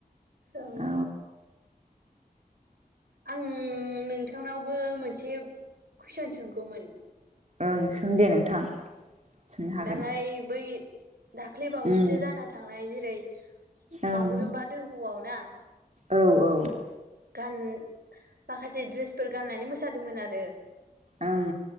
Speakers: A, on the right; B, on the right.
A: ओं
B: औ
A: आं नोंथांनावबो मोनसे कुइसन सोंगौमोन
B: ओं सों दे नोंथां। सोंनो हागोन
A: दालाय बै दाख्लै बावैसो
B: उम
A: जाना थांनाय जेरै
B: ओं
A: बागुरुम्बा दोहौआव ना
B: औ औ।
A: गान माखासे द्रेसफोर गाननानै मोसादोंमोन आरो
B: ओं